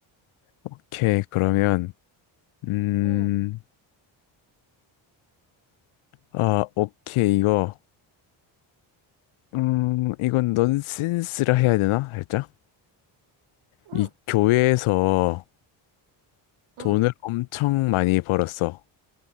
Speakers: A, on the left (about 85°); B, on the right (about 80°).
A: 오케이, 그러면. 음,
B: 응,
A: 아, 오케이, 이거. 음, 이건 넌센스라 해야 되나? 살짝?
B: 응,
A: 이 교회에서
B: 응,
A: 돈을 엄청 많이 벌었어.